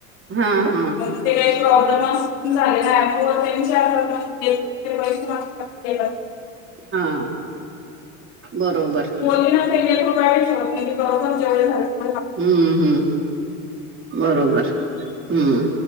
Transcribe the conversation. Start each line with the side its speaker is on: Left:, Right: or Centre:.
Right: हा हम्
Left: मग ते काही प्रॉब्लेम झालेलाो पैसेतात
Right: हा बरोबर
Left: त जे झा
Right: हम्म हम्म बरोबर हम्म